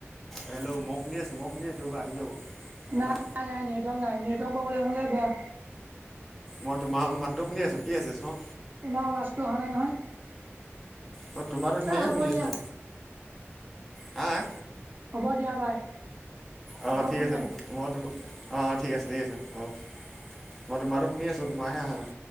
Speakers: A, in the centre; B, on the right (about 40°).
A: হেল্ল'। মই শুনি আছো। মই শুনি আছো। ৰবা, আহি যাব। তোমাৰ
B: নাই -নাই -নাই -নেটৱৰ্ক নাই। নেটৱৰ্ক প্ৰব্লেম হলে বেয়া।
A: মই তোমাৰ মাতটো শুনি আছো। কি আছে চাওঁ
B: তোমাৰ বছটো অহা নাই নহয়।
A: মই তোমাৰতো ধুনীয়াকৈ
B: এ হ'ব
A: শুনি
B: দিয়া।
A: আছোঁ। হা- হা
B: হ'ব দিয়া। বাই।
A: অ' অ'
B: আকৌ
A: ঠিক
B: ফোন
A: আছে।
B: মাৰিম
A: মো মই তোম -অহ। অহ। ঠিক আছে। ঠিক আছে। হ'ব। মই তোমাৰতো শুনি আছোঁ। তোমাৰহে অহা নাই।